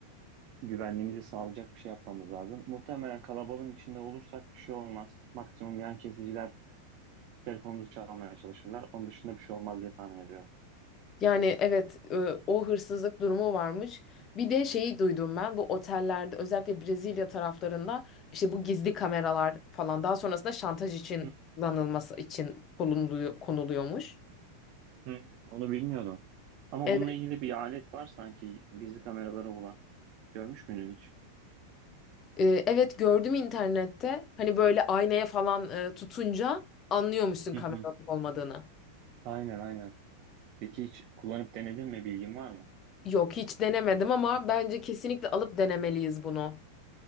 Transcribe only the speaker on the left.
Yani evet e, o hırsızlık durumu varmış. Bir de şeyi duydum ben bu otellerde özellikle Brezilya taraflarında işte bu gizli kameralar falan daha sonrasında şantaj için
kullanılması için konuluyor, konuluyormuş.
Evet,
e, evet gördüm internette hani böyle aynaya falan e, tutunca anlıyormuşsun
kamera
olmadığını.
Yok hiç denemedim ama bence kesinlikle alıp denemeliyiz bunu.